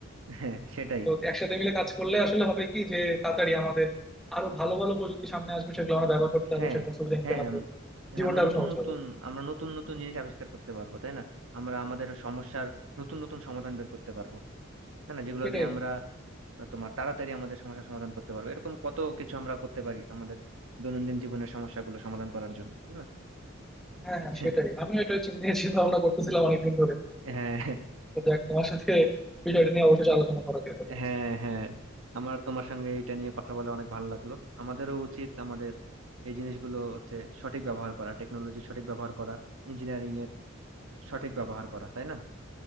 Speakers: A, on the right (about 85°); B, in the centre.
A: হ্যাঁ সেটাই
B: তো একসাথে মিলে কাজ করলে আসলে হবে কি যে তাড়াতাড়ি আমাদের আরো ভালো ভালো প্রযুক্তি সামনে আসবে সেগুলো আমরা ব্যবহার করতে পারবো
A: হ্যাঁ
B: সেগুলো সুবিধা নিতে
A: হ্যাঁ
B: পারবো
A: আম- হ্যাঁ
B: জীবনটা
A: আমরা
B: আরো
A: নতুন
B: সহজ
A: নতুন
B: হবে
A: আমরা নতুন নতুন জিনিস আবিষ্কার করতে পারবো তাই না আমরা আমাদের সমস্যার নতুন নতুন সমাধান বের করতে পারবো তাই না যেগুলো
B: সেটাই
A: দিয়ে আমরা
B: বলি।
A: তোমার তাড়াতাড়ি আমাদের সমস্যার সমাধান করতে পারবো এরকম কত কিছু আমরা করতে পারি আমাদের দৈনন্দিন জীবনের সমস্যাগুলো সমাধান করার জন্য তাই না
B: হ্যাঁ হ্যাঁ
A: <laughs>
B: সেটাই আমিও এটা চিন্তা চিন্তা ভাবনা করতেছিলাম অনেকদিন ধরে
A: হ্যাঁ
B: তো যাক তোমার সাথে বিষয়টা নিয়ে অবশ্যই আলোচনা করা গেল যাক,
A: হ্যাঁ হ্যাঁ আমার তোমার সঙ্গে এটা নিয়ে কথা বলে অনেক ভালো লাগলো আমাদেরও উচিত আমাদের এই জিনিসগুলো হচ্ছে সঠিক ব্যবহার করা টেকনোলজি সঠিক ব্যবহার করা ইঞ্জিনিয়ারিং এর সঠিক ব্যবহার করা তাই না